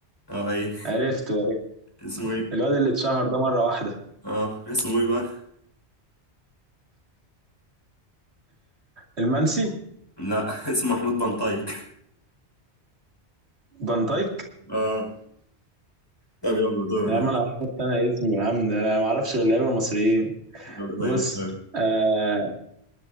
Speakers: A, on the left; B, on the right.
A: اه ايه
B: عرفت عرفت
A: اسمه ايه
B: الواد اللي اتشهر ده مرة واحدة
A: اه اسمه ايه بقى
B: المنسي
A: لا <laughs> اسمه محمود بنطايق
B: بنطايك
A: <laughs> اه طب يلا دورك
B: يا عم أنا هحط أنا اسمي يا عم ده أنا ما أعرفش غير لعيبة مصريين
A: يلا طيب
B: بص
A: اختار
B: آه